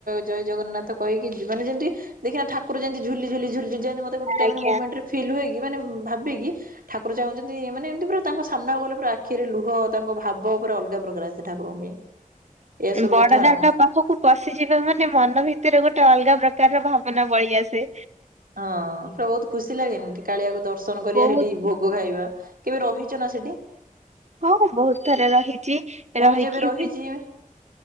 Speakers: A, on the right; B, on the right.
A: ଜୟ ଜଗନ୍ନାଥ କହିକି ମାନେ ଯେମିତି ଦେଖିନ ଠାକୁର ଯେମିତି ଝୁଲି ଝୁଲି ଝୁଲି ଯେମିତି ଗୋଟେ ଟାଇମରେ
B: ଆଜ୍ଞା
A: ମୋମେଣ୍ଟରେ ଫିଲ୍ ହୁଏ କି ମାନେ ଭାବେକି ଠାକୁର ଚାହୁଁଛନ୍ତି ମାନେ ଏମିତି ପୁରା ତାଙ୍କ ସାମ୍ନାକୁ ଗଲେ ପୁରା ଆଖିରେ ଲୁହ ତାଙ୍କ ଭାବ ପୁରା ଅଲଗା ପ୍ରକାର ଆସେ ଠାକୁରଙ୍କ ପାଇଁ ଏଇଆ ସବୁ
B: ବଡ଼
A: କଥା
B: ଦାଣ୍ଡ
A: ଆଉ।
B: ପାଖକୁ ପଶିଯିବେ ମାନେ ମନ ଭିତରେ ଗୋଟେ ଅଲଗା ପ୍ରକାରର ଭାବନା ବହିଆସେ।
A: ହଁ ପୁରା ବହୁତ ଖୁସି ଲାଗେନି କାଳିଆକୁ ଦର୍ଶନ କରିବା
B: ବହୁତ
A: ହେଠି ଭୋଗ ଖାଇବା। କେବେ ରହିଛ ନା ସେଠି?
B: ହଁ ବହୁତ ଥରେ ରହିଛି।
A: ମୁଁ
B: ରହିକି
A: ବି ଯେବେ ରହିଛି